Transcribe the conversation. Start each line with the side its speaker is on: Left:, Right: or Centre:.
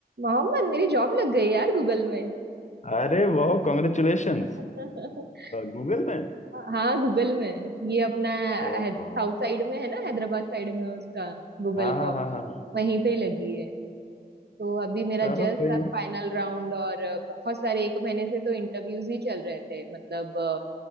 Right: मोहम्मद मेरी जॉब लग गई यार गूगल में
Left: अरे वाह congratulations
Right: <laughs>
Left: Google में
Right: हाँ गूगल में ये अपना
Left: ओहो
Right: साउथ साइड में है ना हैदराबाद साइड में है उसका गूगल
Left: हाँ हाँ
Right: का ऑफिस
Left: हाँ हाँ हाँ
Right: वहीं पे ही लगी है तो अभी मेरा
Left: चलो
Right: जस्ट
Left: कोई
Right: अब
Left: नहीं
Right: फाइनल राउंड और अ, बहुत सारे एक महीने से तो इंटरव्यूज ही चल रहे थे मतलब